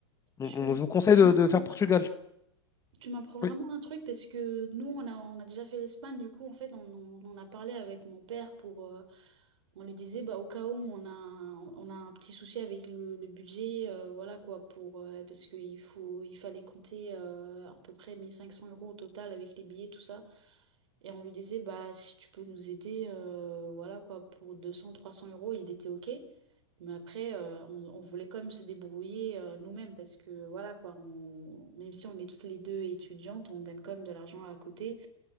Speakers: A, on the left; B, on the right.
A: Donc,
B: Tu,
A: on- je vous conseille
B: tu, tu
A: de,
B: m'apprends
A: de faire
B: un
A: Portugal.
B: truc. Tu m'apprends vraiment
A: Oui.
B: un truc parce que nous, on a, on a déjà fait l'Espagne, du coup, en fait, on, on, on a parlé avec mon père pour... euh, on lui disait, bah, au cas où on a, un- on a un petit souci avec le, le budget, euh, voilà quoi, pour, euh, parce qu'il faut, il fallait compter euh, à peu près 1500 euros au total avec les billets, tout ça. Et on lui disait, bah, si tu peux nous aider, euh, voilà quoi, pour deux cents trois cents euros, il était OK. Mais après, euh, on, on voulait quand même se débrouiller euh, nous-mêmes parce que voilà quoi, on, même si on est toutes les deux étudiantes, on gagne quand même de l'argent à côté.